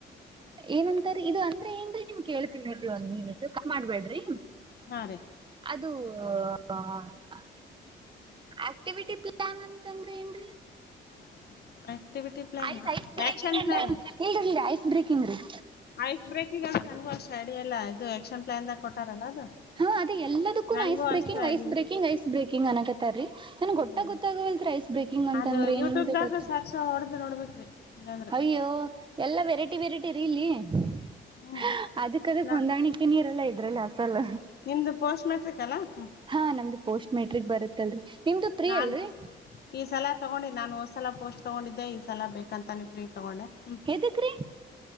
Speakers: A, on the right; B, on the left.
A: ಏನಂತಾರ ಇದು ಅಂದ್ರೆ ಏನ್ರೀ ನಿಮ್ ಕೇಳ್ತೀನಿರಿ <unintelligible> ಒನ್ ಮಿನಿಟ್ ಕಟ್ ಮಾಡ್ಬೇಡ್ರಿ
B: ಹಾ ರೀ
A: ಅದು <unintelligible> ಆಕ್ಟಿವಿಟಿ ಪ್ಲಾನ್ ಅಂತಂದ್ರೆ ಏನ್ರೀ
B: <unintelligible> ಪ್ಲಾನ್
A: ಆಯ್ತ <unintelligible>
B: action plan
A: breaking <unintelligible>
B: ice break eagle <unintelligible> ನನ್ಗೂ ಅಷ್ಟ ಐಡಿಯಾ ಎಲ್ಲ ಆಯ್ತು ಇದು ಎಕ್ಷನ್ ಪ್ಲಾನ್ ದಾಗ ಕೊಟ್ಟಾರಲ್ಲ ಅದು
A: ಹಾ ಅದೆ ಎಲ್ಲದಕ್ಕೂನು
B: ನನ್ಗೂ
A: ಐಸ್ breaking
B: ಅಷ್ಟ
A: ice
B: idea
A: breaking ice breaking ಅನಕತ್ತಾರೀ ನನ್ಗೆ ಗೊಟ್ಟಾಗ
B: ಹ್ಮ್
A: <unintelligible> ಗೊತ್ತಾಗವಲ್ತ್ರಿ ಐಸ್ ಬ್ರೇಕಿಂಗ್ ಅಂತ
B: ಅದು
A: ಅಂದ್ರೆ
B: ಯೂಟ್ಯೂಬ್ದಾಗ
A: ಏನ್ ಗೊತ್ತ
B: ಸರ್ಚ್ ಹೊಡದ್ ನೋಡ್ಬೇಕ್ರಿ ಇಲ್ಲಾಂದ್ರ
A: ಅಯ್ಯೋ ಎಲ್ಲಾ ವೆರೈಟಿ <unintelligible>
B: ಹ್ಮ್
A: ಅದಕ್ ಅದಕ್
B: ನಾ
A: ಹೊಂದಾಣಿಕೆ ನೀರೆಲ್ಲಾ ಅಸಲ್ಲ
B: ನಿಮ್ದು ಪೋಸ್ಟ್ ಮೆಟ್ರಿಕ್ ಅಲ್ಲಾ ಹ್ಮ್
A: ಹಾ ನಮ್ದು ಪೋಸ್ಟ್ ಮೆಟ್. ಬರುತ್ತಲ್ರರಿ ನಿಮ್ದು ತ್ರೀ
B: ನಾನ್
A: ಅಲ್ರಿ.
B: ಈ ಸಲ ತಗೊಂಡಿ ನಾನು ಹೋದ್ಸಲ ಪೋಸ್ಟ್ ತಗೊಂಡಿದ್ದೆ ಈ ಸಲ ಬೇಕಂತಾನೆ ಪ್ರೀ ತಗೊಂಡೆ. ಹ್ಮ್
A: ಎದಕ್ರಿ